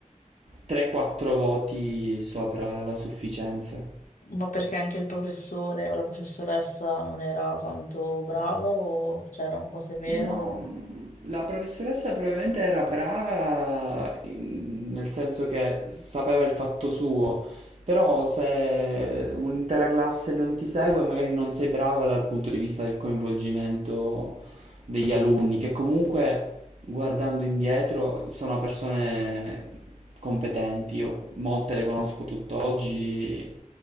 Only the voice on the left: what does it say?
ma perché anche il professore o la professoressa non era tanto brava o c'era un po' severo?
o-